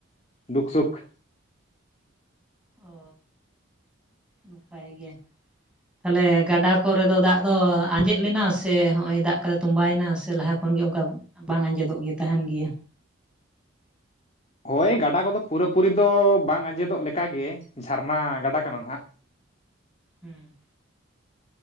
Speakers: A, on the left (about 30°); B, in the centre.
A: ᱫᱩᱠᱷ ᱥᱩᱠᱷ
B: ᱚ ᱱᱟᱯᱟᱭ ᱜᱮ ᱛᱟᱦᱞᱮ ᱜᱟᱰᱟ ᱠᱚᱨᱮ ᱫᱚ ᱫᱟᱜ ᱫᱚ ᱟᱸᱡᱮᱫ ᱞᱮᱱᱟ ᱥᱮ ᱦᱚᱸᱜ ᱚᱭ ᱫᱟᱜ ᱠᱟᱫᱟ ᱛᱚᱢᱵᱟᱭᱮᱱᱟ ᱥᱮ ᱞᱟᱦᱟ ᱠᱷᱚᱱ ᱜᱮ ᱚᱝᱠᱟ ᱵᱟᱝ ᱟᱸᱡᱮᱫᱚᱜ ᱜᱮᱭᱟ ᱛᱟᱦᱮᱱ ᱜᱮᱭᱟ
A: ᱦᱳᱭ ᱜᱟᱰᱟ ᱠᱚᱫᱚ ᱯᱩᱨᱟᱹᱯᱩᱨᱤ ᱫᱚ ᱵᱟᱝ ᱟᱸᱡᱮᱫᱚᱜ ᱞᱮᱠᱟᱜᱮ ᱡᱷᱟᱨᱱᱟ ᱜᱟᱰᱟ ᱠᱟᱱᱟ ᱱᱟᱸᱦᱟᱜ
B: ᱦᱩᱸ